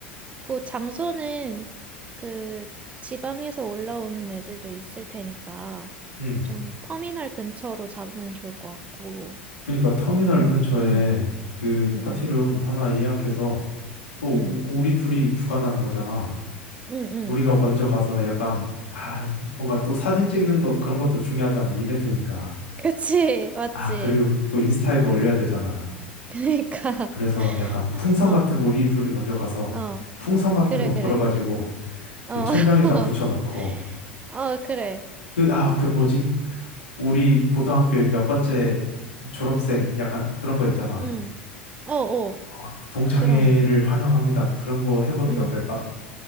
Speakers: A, on the right; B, on the left.
A: 그 장소는 그 지방에서 올라오는 애들도 있을 테니까
B: 음.
A: 좀 터미널 근처로 잡으면 좋을 것 같고.
B: 그러니까 터미널 근처에
A: 응,
B: 그
A: 응,
B: 파티룸
A: 응,
B: 하나 예약해서 또
A: 응,
B: 우- 우리 둘이 주관하는 거잖아.
A: 응, 응.
B: 우리가 먼저 가서 약간 아 뭔가 또 사진 찍는 거 그런 것도 중요하잖아. 이벤트니까.
A: 그치, <laughs> 맞지.
B: 아 그리고 또 인스타에도 올려야
A: 응.
B: 되잖아.
A: 그러니까
B: 그래서 약간 풍선
A: <laughs> 어,
B: 같은 거 우리 둘이 먼저 가서
A: 어,
B: 풍선 같은
A: 그래,
B: 거
A: 그래,
B: 불어가지고
A: 어,
B: 그 천장에다
A: <laughs>
B: 붙여놓고
A: 어, 그래,
B: 그 아 그 뭐지? 우리 고등학교에 몇 번째 졸업생 약간 그런 거 있잖아.
A: 응, 어, 어,
B: 어, 동창회를
A: 그런,
B: 환영합니다. 그런 거 해보는
A: 응,
B: 게 어떨까?